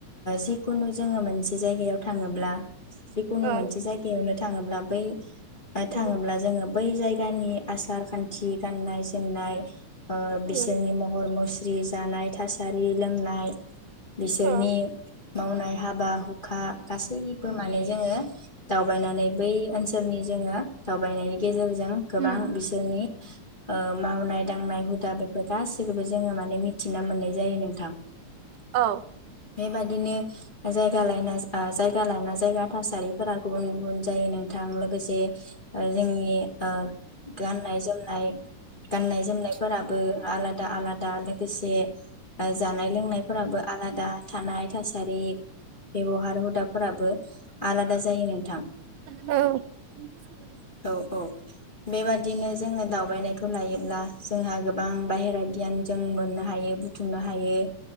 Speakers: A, on the left; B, on the right.
A: जिखुनु जोङो मोनसे जायगायाव थाङोब्ला बेखुननो
B: औ
A: मानसि जायागा थाङोब्ला बै बा
B: उम
A: थाङोब्ला जोङो बै जायगानि आसार खान्थि गाननाय जोमनाय आ
B: उम
A: बिसोरनि महर मुस्रि जि जानाय थासारि लोंनाय बिसोरनि
B: औ
A: मावनाय हाबा हु खा गासैबो जोङो दावबायनानै बै ओनसोलनि जोङो दावबायनायनि गेजेर जों गोबां
B: उम
A: बिसोरनि ओ मावनाय दांनाय हुद दा बेफोर गासिखोबो जोङो माने मि थिना मोननाय जायो नोंथां
B: औ
A: बेबादिनो जायगा लायना आ जायगा लाना जायगा थासारिफोरा गुबुन गुबुन जायो नोंथां लोगोसे ओ जोंनि ओ गाननाय जोमनाय गाननाय जोमनायफोरा बो आलादा आलादा लोगोसे बाय जानाय लोंनायफोराबो आलादा दा थानाय थासारि बेवहार हुदाफोराबो आलादा जायो नोंथां
B: औ <inaudible>
A: औ औ बेबादिनो जोङो दावबायनायखौ लायोब्ला जोंहा गोबां बाहेरा गियान जों मोननो हायो बुथुमनो हायो